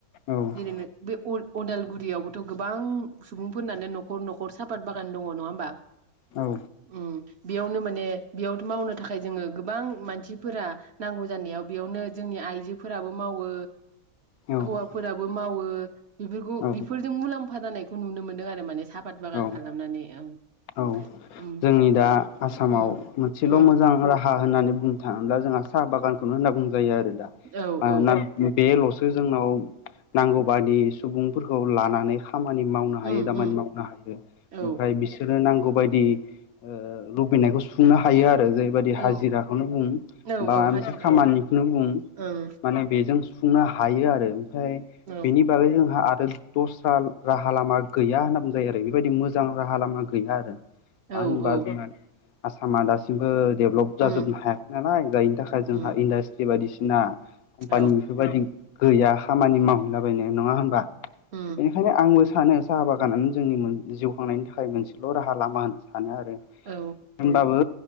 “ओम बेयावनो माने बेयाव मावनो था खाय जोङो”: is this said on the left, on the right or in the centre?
Right